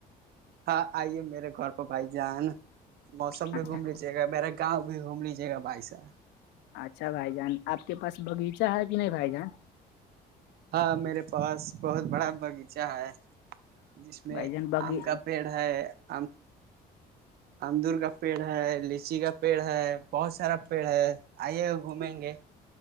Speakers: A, on the right; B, on the left.
A: ہاں آئیے میرے گھر پہ بھائی جان نا موسم
B: اچھا
A: بھی گھوم لیجیے گا میرا گاؤں بھی گھوم لیجیے گا بھائی سا
B: اچھا بھائی جان آپ کے پاس باغیچہ ہے کہ نہیں بھائی جان
A: ہاں میرے پاس بہت بڑا باغیچہ ہے جس میں
B: بھائی جان بغی
A: آم کا پیڑ ہے آم امدور کا پیڑ ہے ل لیچی کا پیڑ ہے بہت سارا پیڑ ہے آئیے ہو گھومیں گے